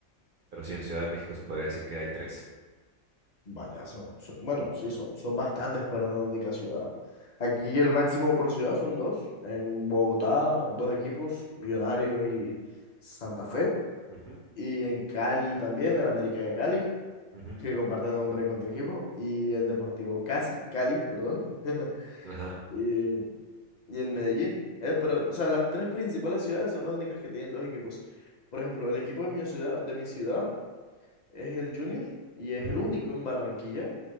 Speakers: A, on the right; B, on the left.
A: Pero sí, en Ciudad de México se podría decir que hay tres.
B: Vaya, son, son- bueno, sí, son, son bastantes para una única ciudad. Aquí el máximo por ciudad son dos. En Bogotá, dos equipos, Millonarios y Santa Fe.
A: Ujú,
B: Y en Cali también, el América de Cali.
A: ujú,
B: que comparte nombre con tu equipo, y el Deportivo Casi, Cali, perdón, <laughs>
A: ajá,
B: y, y en Medellín. Eh, pero, o sea, las tres principales ciudades son las únicas que tienen dos equipos. Por ejemplo, el equipo de mi ciudad, de mi ciudad es el Junior y es
A: ujú.
B: el único en Barranquilla.